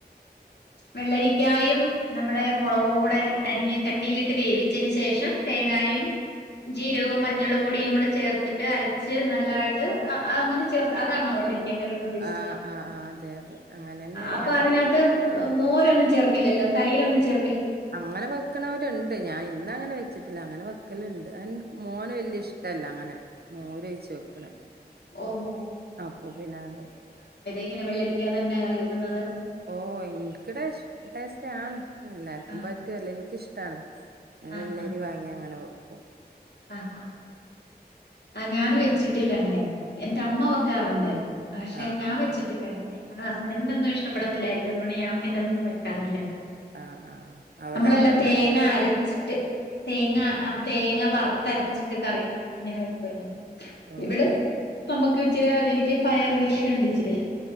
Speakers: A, on the left; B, on the right.
A: വെള്ളരിക്കായും നമ്മുടെ മുളകും കൂടെ അരിഞ്ഞ് ചട്ടിയിലിട്ട് വേവിച്ചതിന് ശേഷം തേങ്ങായും ജീരകവും മഞ്ഞൾ പൊടിയും കൂടെ ചേർത്തിട്ട് അരച്ച് നല്ലായിട്ട് അങ്ങനെ ചേർത്ത് അതാണോ വെള്ളരിക്ക കറിന്ന് ഉദ്ദേശിച്ചേ
B: ആഹ് ആഹ് ആഹ് അതെ അതെ അങ്ങനെ തന്നെയാണ്
A: അപ്പ
B: ഞാൻ
A: അതിനകത്ത്
B: വെക്ക
A: മോരൊന്നും ചേർക്കില്ലല്ലോ തൈരൊന്നും ചേർ
B: അങ്ങനെ വെക്കണവരുണ്ട് ഞാൻ ഇന്ന് അങ്ങനെ വെച്ചിട്ടില്ല അങ്ങനെ വെ ക്കലുണ്ട് മോന് വല്യ ഇഷ്ടല്ല അങ്ങനെ മോരൊഴിച്ചു വെക്ക്ണ
A: ഓഹോ
B: അപ്പോ പിന്നങ്ങനെ ച്ച്
A: ഇങ്ങനെ വെള്ളരിക്ക തന്നെ കറി വെക്കുന്നത്
B: ഓ എനിക്ക്ടെ ടേസ്റ്റ് ആണ് എല്ലാർക്കും
A: ആഹ്
B: പറ്റുവല്ലോ എനിക്കിഷ്ടാണ്
A: ആഹ്
B: വെള്ളരി
A: ആഹ് ആഹ്
B: വാങ്ങിയാ അങ്ങനെ വെ ക്കും
A: ആഹ് അഹ് ഞാന് വെച്ചിട്ടില്ല അങ്ങനെ എന്റെ അമ്മ വെക്കാറുണ്ട് പക്ഷെ
B: ആഹ്
A: ഞാൻ
B: ആഹ്
A: വെച്ചിട്ടില്ല അങ്ങനെ ഹസ്ബന്റിനൊന്നും ഇഷ്ടപ്പെട ത്തില്ലായിരിക്കും അതുകൊണ്ട് ഞാൻ പിന്നെ അതൊന്നും വെക്കാറില്ല
B: ആഹ് ആഹ് അവിടെ
A: നമ്മളെല്ലാം
B: എന്താ ന്ന്
A: തേങ്ങ
B: ഫുഡ്
A: അരച്ചിട്ട് തേങ്ങ തേങ്ങ വറ ത്തരച്ചിട്ട് കറി ഇങ്ങനെ വെക്കൂലേ
B: ഓ
A: ഇവിടെ
B: ഓ
A: നമ്മ ഇച്ചിരി എനിക്ക് പയർ കൃഷിയുണ്ട് ഇച്ചിരി